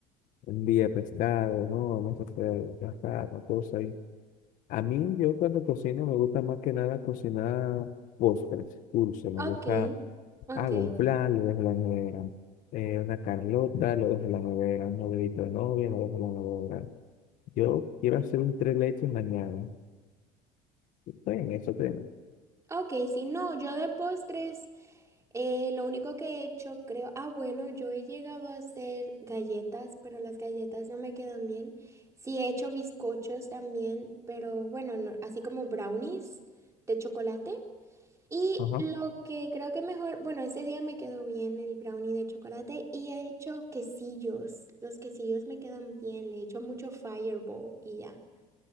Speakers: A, on the left; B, on the right.
A: un día pescado, no, vamos a hacer gastar la cosa ahí. A mí, yo cuando cocino, me gusta más que nada cocinar postres, dulces, me gusta,
B: Ok, ok,
A: hago un flan, lo dejo en la nevera, eh, una carlota, lo dejo en la nevera, un novedito de novia, lo dejo en la nevera. Yo quiero hacer un tres leches mañana. Estoy en eso, estoy en eso.
B: ok, si no, yo de postres. Eh, lo único que he hecho, creo, ah, bueno, yo he llegado a hacer galletas, pero las galletas no me quedan bien. Sí, he hecho bizcochos también, pero bueno, no- así como brownies de chocolate. Y
A: Ajá.
B: lo que creo que mejor, bueno, ese día me quedó bien el brownie de chocolate y he hecho quesillos. Los quesillos me quedan bien, le he hecho mucho fireball y ya.